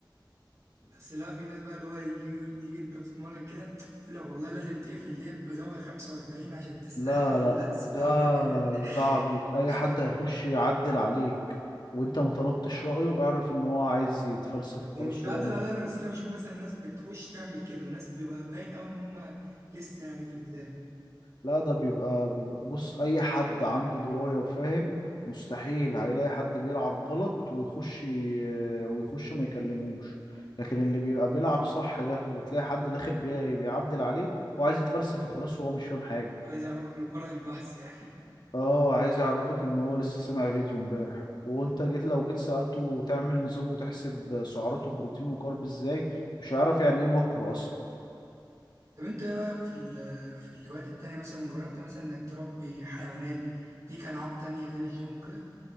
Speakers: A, on the right; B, on the left.
A: بس لا في ناس بقى اللي هو يجي يقول يجي انت بتتمرن كده يقول لك والله لازم تقفل دي بزاويه 45 عشان تستهدف
B: لا لا
A: اللاتس
B: ده
A: بتاعتك
B: ده عبيط اي
A: <laughs>
B: حد هيخش يعدل عليك وانت ما طلبتش رأيه اعرف ان هو عايز يتفلسف
A: ومش
B: وخلاص
A: بعدل
B: هو ما
A: عليا انا بس انا بشوف مثلا الناس بتخش تعمل كده الناس بيبقى باين قوي ان هم لسه يعني في البدايه
B: لا ده بيبقى بيبقى بص اي حد عنده دراية وفاهم مستحيل هيلاقي حد بيلعب غلط ويخش ي- ويخش ما يكلمهوش لكن اللي بيبقى بيلعب صح ده وتلاقي حد داخل بي- بيعدل عليه هو عايز يتفلسف وخلاص وهو مش فاهم حاجة
A: وعايز اعرفك انه قارئ البحث يعني
B: اه عايز يعرفك ان هو لسه سامع فيديو امبارح وانت جيت لو جيت سألته تعمل نظام وتحسب سعراته بروتين وكارب ازاي مش هيعرف يعني ايه ماكرو اصلا
A: <laughs> طب انت ايه رايك في ال- في الهوايات التانية مثلا جربت مثلا انك تربي حيوانات ليك العاب تانية غير الجيم وكده